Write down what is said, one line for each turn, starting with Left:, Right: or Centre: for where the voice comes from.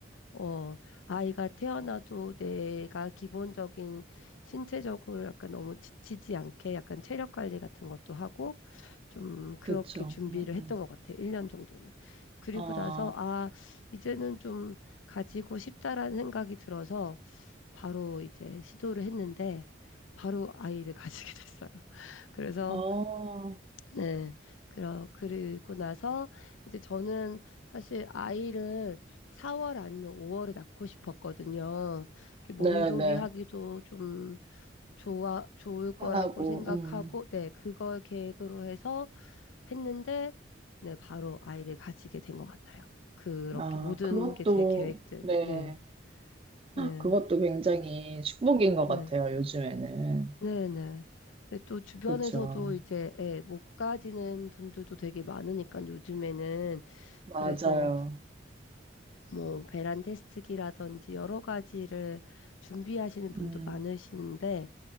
Left: 어, 아이가 태어나도 내가 기본적인 신체적으로 약간 너무 지치지 않게 약간 체력 관리 같은 것도 하고, 좀 그렇게
Right: 그쵸.
Left: 준비를
Right: 음, 음.
Left: 했던 것 같아요. 1년 정도는. 그리고
Right: 아,
Left: 나서, 아, 이제는 좀 가지고 싶다라는 생각이 들어서 바로 이제 시도를 했는데, 바로 아이를 <laughs> 가지게 됐어요. 그래서
Right: 어,
Left: 네. 그러, 그리고 나서 이제 저는 사실 아이를 4월 아니면 5월에 낳고 싶었거든요. 이렇게 몸조리하기도
Right: 네네.
Left: 좀 좋아, 좋을 거라고
Right: 편하고,
Left: 생각하고,
Right: 음.
Left: 네. 그걸 계획으로 해서 했는데, 네. 바로 아이를 가지게 된 것 같아요. 그렇게
Right: 아,
Left: 모든
Right: 그것도,
Left: 게 제 계획대로.
Right: 네.
Left: 네. 네.
Right: 그것도 굉장히 축복인 것
Left: 네.
Right: 같아요, 요즘에는.
Left: 네네. 근데 또 주변에서도
Right: 그쵸.
Left: 이제 예, 못 가지는 분들도 되게 많으니까 요즘에는
Right: 맞아요.
Left: 그래서 뭐 배란 테스트기라든지 여러 가지를 준비하시는 분도
Right: 음,
Left: 많으시는데